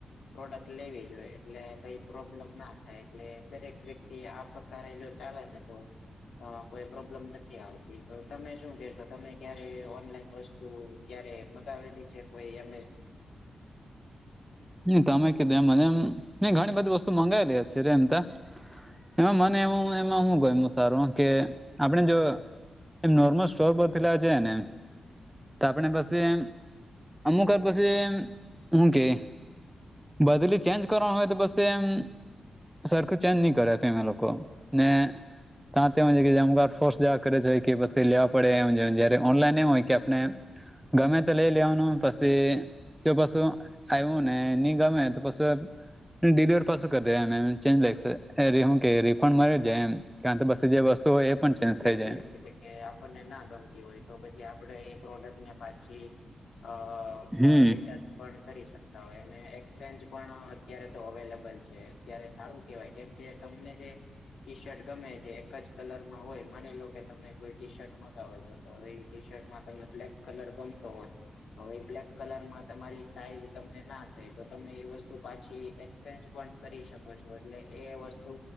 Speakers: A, on the left; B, in the centre.
A: પ્રોડક્ટ લેવી જોઈએ એટલે કઈ પ્રોબ્લેમ ના થાય એટલે દરેક વ્યક્તિ પ્રકારે જો ચાલે ને તો અ કોઈ પ્રોબ્લેમ નથી આવતી તો તમે શું કેશો તમે ક્યારે ઓનલાઈન વ ત ક્યારે મગાવેલી છે કોઈ એમમે
B: તમે કીધું એમને એમ ઘણી બધી વસ્તુ મંગાવેલી છે રે એમ ત એમાં મનેું એમાં હું ગ સારું કે આપણે જો એ નોર્મલ સ્ટોર પર પેલા છે ને તો આપણે પછી અમુક પછી હું કે બદલી ચેન્જ કરવાની હોય તો બસ એમ સરખ ચેન્જ નહી કરે આપી એમે લોકો ને. તા એમ અમ ફોર્સ જવા કરે જ હોય કે પછી લેવા પડે એમ જયારે ઓનલાઈન એમ હોય કે આપને. ગમે તો લઈ લેવાનું પછી જો પછું. આવ્યું ને ની ગમે તો પછું. ડિલિવર પાછું કરી દે એમ એમ ચેન્જ લાગ એ હું કે રિફંડ મળ્યો જાય એમ. કારણ કે પછી જે વસ્તુ હોય એ. પણ ચેન્જ થઈ
A: બિલકુલ.
B: જાય
A: એ કે આપણને ના ગમતી હોય તો પછી આપડે એ પ્રોડક્ટ ને પાછી અ. હ
B: હમ
A: રેટ. પણ કરી સકતા હોય અને એક્સચેન્જ પણ અત્યારે તો અવેલેબલ છે અત્યારે સારું. કવાય કેમ કે તમને જે ટી શર્ટ ગમે છે એક જ કલર. હોય માની લો કે તમે કોઈ ટી શર્ટ મગાવો છો તો એ ટી શર્ટમાં તમે બ્લેક કલર ગમતો હોય. હવે એ બ્લેક કલરમાં તમારી સાઈઝ તમને ના થઈ તો તમે એ વસ્તુ પાછી એક્ચેન્જ. પણ કરી શકો છો એટલે એ વસ્તુ